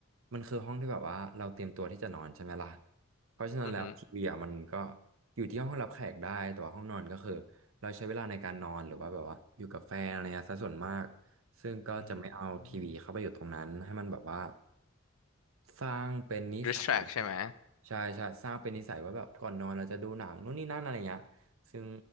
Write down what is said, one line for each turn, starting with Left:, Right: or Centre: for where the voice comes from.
Right: มันคือห้องที่แบบว่าเราเตรียมตัวที่จะนอนใช่ไหมล่ะเพราะฉะนั้นแล้วทีวีอ่ะมันก็
Left: อือหือ
Right: อยู่ที่ห้องรับแขกได้แต่ว่าห้องนอนก็คือเราใช้เวลาในการนอนหรือว่าแบบว่าอยู่กับแฟนอะไรเงี้ยซะส่วนมากซึ่งก็จะไม่เอาทีวีเข้าไปอยู่ตรงนั้นให้มันแบบว่า
Left: อืม
Right: สร้างเป็นนิสัย
Left: distract ใช่ไหม
Right: ใช่ใช่สร้างเป็นนิสัยว่าแบบก่อนนอนเราจะดูหนังนู่นนี่นั่นอะไรเงี้ยซึ่ง